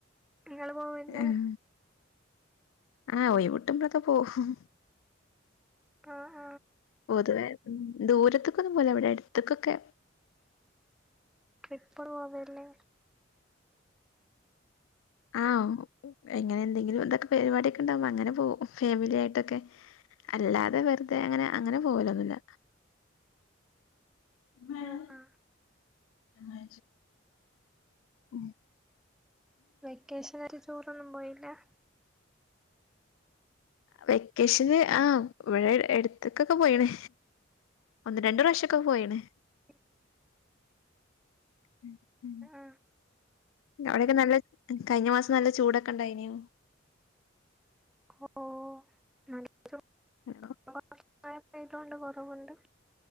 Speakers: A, in the centre; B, on the left.
A: ങ്ങള് പോവലില്ലേ
B: ആഹ് ആഹ് ഒഴ്വ്കിട്ടുമ്പളൊക്കെ പോവും
A: ആഹ്
B: പൊതുവേ ദൂരത്ത്ക്കൊന്നും പോവൂല ഇവിടെ അടുത്ത്ക്കൊക്കെ
A: ട്രിപ്പ് പോവലില്ലേ
B: ആഹ് എങ്ങനെ എന്തെങ്കിലും എന്തൊക്കെ പരിപാടി ഒക്കെ ഉണ്ടാവുമ്പോ അങ്ങനെ പോവും ഫാമിലി ആയിട്ടൊക്കെ അല്ലാതെ വെറുതെ അങ്ങനെ അങ്ങനെ പോവലൊന്നുല്ല മ്
A: ആ ആ
B: ഉം
A: വെക്കേഷൻ ആയിട്ട് ടൂറൊന്നും പോയില്ല
B: വെക്കേഷന് ആഹ് ഇവിടെ എടുത്ത്ക്കൊക്കെ പോയിണ് ഒന്ന് രണ്ടു പ്രാവശ്യക്കെ പോയിണ്
A: <inaudible>
B: ഉം ഉം
A: ആ
B: അവിടെയൊക്കെ നല്ല കഴിഞ്ഞ മാസം നല്ല ചൂടൊക്കെ ഉണ്ടായിനോ?
A: ഓ നല്ല
B: ഹലോ
A: <unintelligible> കുറവുണ്ട്